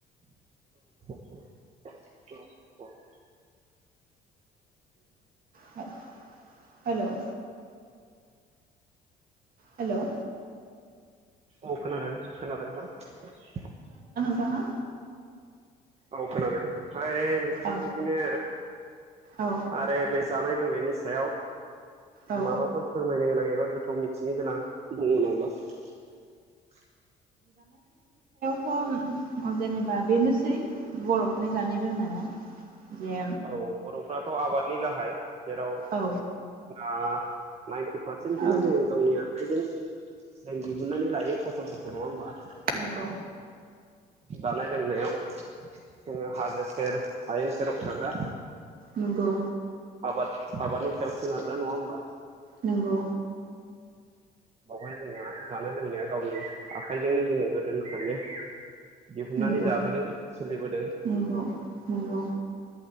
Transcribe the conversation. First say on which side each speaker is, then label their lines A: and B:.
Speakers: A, on the right; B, on the right.
A: <unintelligible>
B: <inaudible> हेलौ हेलौ
A: औ खोनादों। खोनादों नोंथां?
B: दा
A: औ खोनादों। फ्राय नोंस्रा
B: औ
A: बिदिनो
B: औ
A: आरो बेस जानाय लोंनायनि सायाव।
B: औ
A: माबाफोर फोरमाय थिनो गोनां एबा गोथौ मिथिनो गोनां <unintelligible>
B: थ' जेनेबा बेनोसै बर'फोरनि जानाय लोंनाया। जे
A: औ बर'फ्रा थ' आबादनि गाहाय। जेराव
B: औ
A: आ <unintelligible> पारसेनखौनो
B: औ
A: जों गावलिया आखाइजों जों दिहुननानै लायो फसलफोरखौ नङा होमबा
B: नंगौ
A: जानाय लोंनायाव जोङो हाजो सेर हायेन सेराव थाग्रा
B: नंगौ
A: आबाद आबादनि सायाव सोनारग्रा नङा होमबा?
B: नोंगौ।
A: बावहाय जोंहा जानाय लोंनाया गावनि आखाइजोंनो जोङो गोदोनिफ्रायनो दिहुननानै
B: नंगौ
A: जाबोदों सोलिबोदों।
B: नंगौ नंगौ